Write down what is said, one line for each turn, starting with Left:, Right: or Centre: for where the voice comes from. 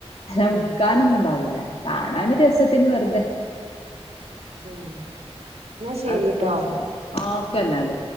Left: ഹല്ല
Right: ഉം
Left: വിക്ക്ക്കാനൊന്നും ണ്ടാവു ല്ല കാണാന് ഒരു രസത്തിന് വെർതെ
Right: എന്നാ ശെരി
Left: ഹസ്ബൻഡ്
Right: ട്ടോ
Left: <unintelligible> എന്നാല്